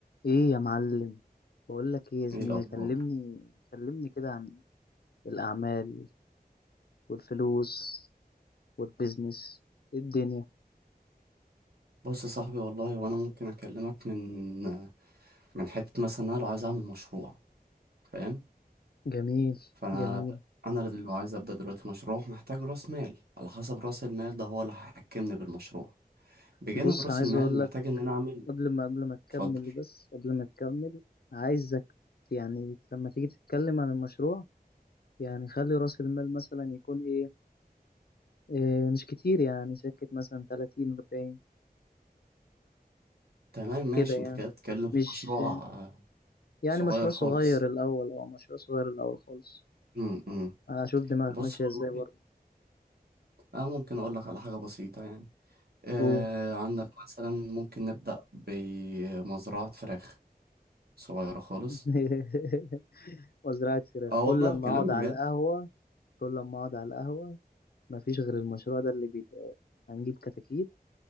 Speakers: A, on the left (about 70°); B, on the right (about 75°).
A: ايه يا معلم بقول لك ايه يا زميلي
B: ايه الاخبار
A: كلمني كلمني كده عن الاعمال والفلوس والبيزنس إيه الدنيا
B: بص يا صاحبي والله وانا ممكن اكلمك من من حته مثلا انا لو عايز اعمل مشروع فاهم
A: جميل
B: فانا
A: جميل
B: انا اللي لو عايز ابدا دلوقتي مشروع محتاج راس مال على حسب راس المال ده هو اللي هيحكمني بالمشروع بجانب
A: بص
B: راس
A: عايز
B: المال
A: اقول
B: محتاج
A: لك
B: ان انا اعمل
A: قبل ما قبل ما تكمل
B: اتفضل
A: بس قبل ما تكمل عايزك يعني لما تيجي تتكلم عن المشروع يعني خلي راس المال مثلا يكون ايه, إيه مش كتير يعني سكة مثلا 30 40
B: تمام ماشي
A: كده يعني
B: انت كده بتتكلم في
A: مش
B: مشروع آه،
A: يعني
B: صغير
A: مشروع
B: خالص
A: صغير الاول اه مشروع صغير الاول خالص
B: امم امم.
A: اشوف دماغك
B: بص
A: ماشيه
B: والله
A: ازاي برضه
B: انا ممكن اقول لك على حاجه بسيطه يعني آه
A: قول
B: عندك مثلا ممكن نبدا بمزرعه فراخ صغيره خالص
A: <laughs> وزراعة فراخ
B: اه
A: كل
B: والله
A: لما
B: كلام
A: اقعد على
B: بجد
A: القهوه كل لما اقعد على القهوه مفيش غير المشروع ده اللي بيتقال هنجيب كتاكيت